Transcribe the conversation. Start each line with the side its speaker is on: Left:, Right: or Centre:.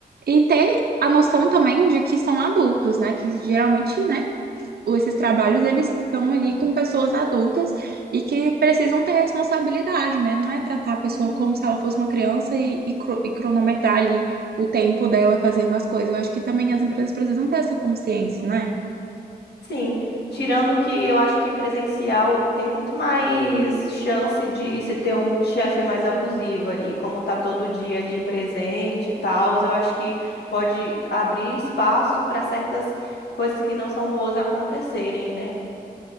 Right: e ter a noção também de que são adultos, né? Que geralmente, né? esses trabalhos eles estão ali com pessoas adultas e que precisam ter responsabilidade, né? Não é tratar a pessoa
Left: Uhum.
Right: como se ela fosse uma criança e, e cro- e cronometrar ali o tempo dela fazendo as coisas. Eu acho que também as empresas precisam ter essa consciência, né?
Left: Sim, tirando que eu acho que presencial tem muito mais chance de se ter um chefe mais abusivo ali, como tá todo dia ali presente e tal, eu acho que pode abrir espaço para certas coisas que não são boas acontecerem, né?